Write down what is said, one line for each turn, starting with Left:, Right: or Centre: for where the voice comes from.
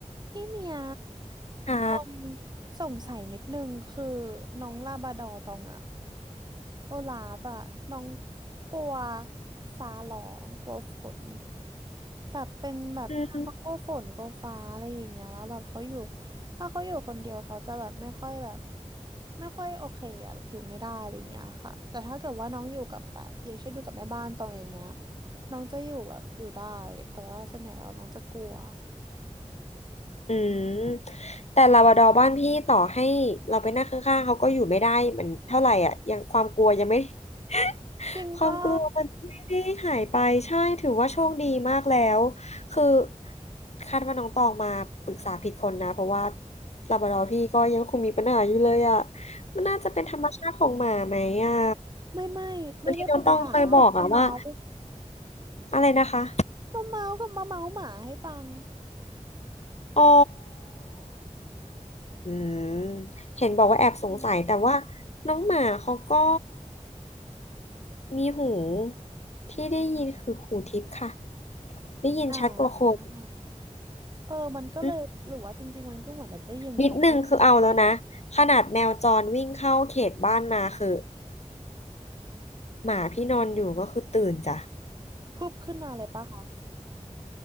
Right: พี่เมีย
Left: อ่า
Right: ตองสงสัยนิดนึงคือน้องลาบราดอร์ตองอะโอลาฟอะน้องกลัวฟ้าร้องกลัวฝนแบบเป็นแบบเขากลัวฝนกลัวฟ้าอะไรอย่างเงี้ยแล้วแบบเขาอยู่
Left: อืม
Right: ถ้าเขาอยู่คนเดียวเขาจะแบบไม่ค่อยแบบไม่ค่อยโอเคอะแบบอยู่ไม่ได้อะไรเงี้ยค่ะแต่ถ้าเกิดว่าน้องอยู่กับแบบอย่างเช่นอยู่กับแม่บ้านตองอย่างเงี้ยน้องจะอยู่แบบอยู่ได้แต่ว่าส่วนใหญ่แล้วน้องจะกลัว
Left: อืมแต่ลาบราดอร์บ้านพี่ต่อให้เราไปนั่งข้างๆเขาก็อยู่ไม่ได้มันเท่าไหร่อ่ะยังความกลัวยังไม่ <laughs>
Right: จริงปะ
Left: ความกลัวมันไม่ได้หายไปใช่ถือว่าโชคดีมากแล้วคือคาดว่าน้องตองมาปรึกษาผิดคนนะเพราะว่าลาบราดอร์พี่ก็ยังคงมีปัญหาอยู่เลยอ่ะมันน่าจะเป็นธรรมชาติของหมาไหมอ่ะ
Right: ไม่ไม่ไม่ได้ปรึกษา
Left: บางทีน้องตองเคยบอกอ่ะว่า
Right: มาเมาส์
Left: อะไรนะคะ
Right: มาเมาส์กับมาเมาส์หมาให้ฟัง
Left: อ๋ออืมเห็นบอกว่าแอบสงสัยแต่ว่า
Right: เนี่ย
Left: น้องหมาเขาก็มีหูที่ได้ยินคือหูทิพย์ค่ะได้ยินชัดกว่าคน
Right: อ่าเออมันก็เลยหรือว่าจริงๆมันก็เหมือนแบบได้ยินชัด
Left: อืมนิดนึงคือเอาแล้วนะขนาดแมวจรวิ่งเข้าเขตบ้านมาคือหมาพี่นอนอยู่ก็คือตื่นจ้ะ
Right: พุบขึ้นมาเลยปะคะ